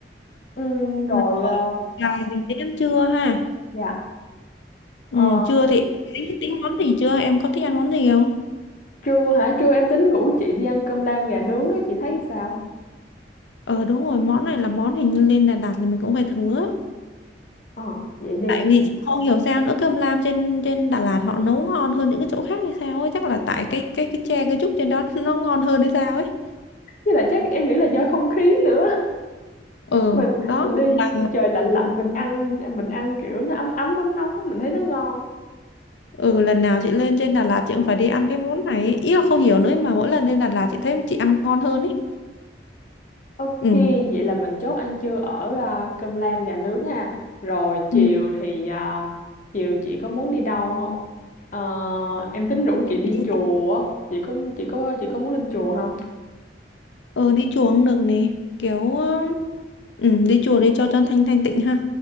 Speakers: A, on the left; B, on the left.
A: Ừ, rồi
B: rồi
A: ờ,
B: là mình đến ăn trưa ha
A: dạ.
B: ừ
A: Ờ,
B: trưa thì tính tính món gì chưa em có thích ăn món gì không
A: Trưa hả? Trưa em tính ngủ chị đi ăn cơm lam gà nướng á, chị thấy sao?
B: ờ đúng rồi món này là món hình như lên Đà Lạt là mình cũng phải thử á
A: Ờ, vậy đi.
B: tại vì chị không hiểu sao nữa cơm lam trên trên Đà Lạt họ nấu ngon hơn những cái chỗ khác hay sao ấy chắc là tại cái cái cái tre cái trúc trên đó <laughs> nó ngon hơn hay sao ấy
A: Với lại chắc em nghĩ là do không khí nữa.
B: ừ
A: Mình
B: đó
A: mình đi
B: là,
A: trời lạnh lạnh mình ăn mình ăn kiểu nó ấm ấm nóng nóng mình thấy nó ngon.
B: ừ lần nào chị lên trên Đà Lạt chị cũng phải đi ăn cái món này ấy. ý là không hiểu nữa mà mỗi lần lên Đà Lạt chị thấy chị ăn ngon hơn ấy
A: Ok,
B: ừ
A: vậy là mình chốt ăn trưa ở à, cơm lam gà nướng ha. Rồi chiều
B: ừ
A: thì à, chiều chị có muốn đi đâu không? Ờ, em tính rủ chị
B: Chị-
A: đi chùa. Chị có chị có chị có muốn lên chùa không?
B: ừ, đi chùa cũng được nè kiểu ừ, đi chùa đi cho cho thanh thanh tịnh ha